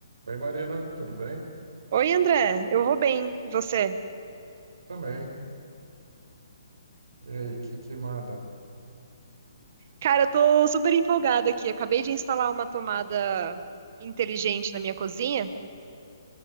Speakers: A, on the right; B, on the right.
A: Oi, Marina, tudo bem?
B: Oi, André, eu vou bem, e você?
A: Também. E aí, o que que manda?
B: Cara, eu tô super empolgada aqui. Eu acabei de instalar uma tomada inteligente na minha cozinha,